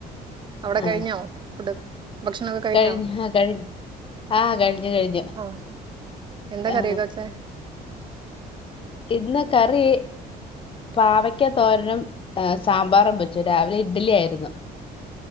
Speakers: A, on the right (about 30°); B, on the left (about 30°).
A: അവിടെ
B: ആ
A: കഴിഞ്ഞോ ഫുഡ് ഭക്ഷണൊക്കെ കഴിഞ്ഞോ
B: കഴിഞ്ഞു ആ കഴിഞ്ഞു ആ കഴിഞ്ഞു കഴിഞ്ഞു
A: ആ എന്താ
B: ആ,
A: കറിയൊക്കെവെച്ചേ
B: ഇന്ന് കറി പാവയ്ക്ക തോരനും സാമ്പാറും വെച്ചു രാവിലെ ഇഡ്ലി ആയിരുന്നു